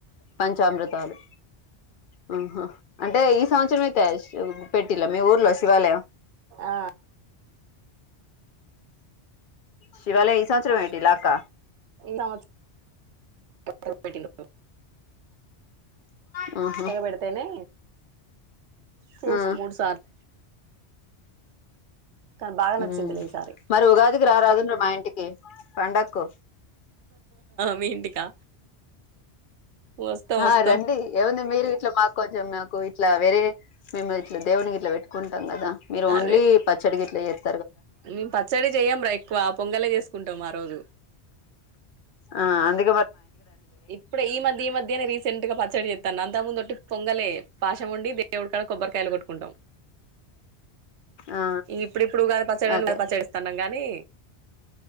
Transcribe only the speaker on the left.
పంచామృతాలు హా హా అంటే, ఈ సంవత్సరం అయితే పెట్టిలా మీ ఊర్లో శివాలయం,
శివాలయ సంవత్సరంటిలా అక్క
హుహు
ఆ
హుమ్
మరి ఉగాదికి రారాదు మా ఇంటికి పండకు
ఆ రండి ఏముంది మీరు ఇట్లా మాకు కొంచెం మాకు ఇట్లా వేరే మేము ఇట్లా దేవుని గిట్ల పెట్టుకుంట ఇస్తాం కదా మీరు ఓన్లీ
పచ్చడి గిట్ల చేస్త
ఆ అందు
ఆ
అదే